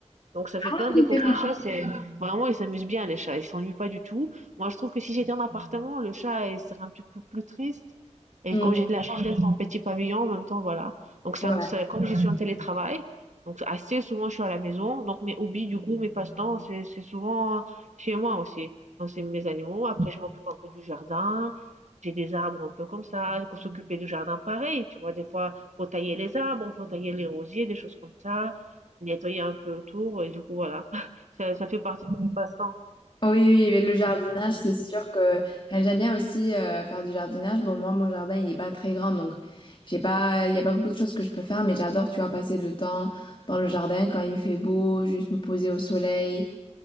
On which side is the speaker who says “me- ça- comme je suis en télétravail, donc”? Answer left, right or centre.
Right